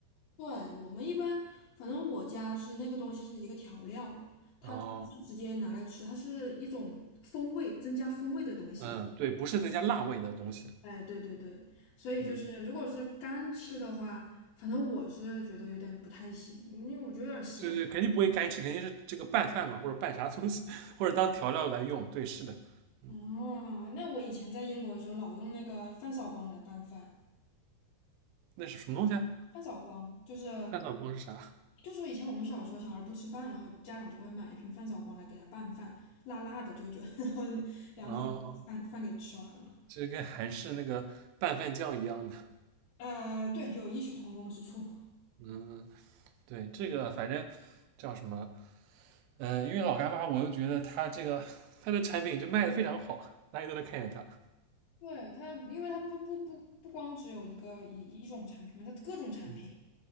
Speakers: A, on the left; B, on the right.
A: 对，我们一般，反正我家是那个东西是一个调料，它就不是直接拿来吃，
B: 哦，
A: 它是一种风味，增加风味的东西。
B: 嗯，对，不是再加辣味的东西，
A: 哎，对对对，所以就是如果是干吃的话，
B: 嗯。
A: 反正我是觉得有点不太行，因为我觉得有点咸。
B: 对对，肯定不会干吃，肯定是这个拌饭嘛，或者拌啥东西，或者当调料来用。对，是的，嗯，
A: 哦，那我以前在英国的时候老用那个饭扫光来拌饭，
B: 那是什么东西啊？
A: 饭扫光就是
B: 拌饭锅是啥？
A: 就说以前我们小时候小孩不吃饭，然后家长就会买一瓶饭扫光来给他拌饭，辣辣的，就就 <laughs> 然后两口饭饭给吃完了。
B: 哦，这跟韩式那个拌饭酱一样的。
A: 呃，对，有异曲同工之处。
B: 嗯，对，这个反正叫什么？嗯、因为老干妈，我就觉得它这个它的产品就卖的非常好，大家都在看见它。
A: 对它，因为它不不不不光只有一个一一种产品嘛，它各种产品，
B: 嗯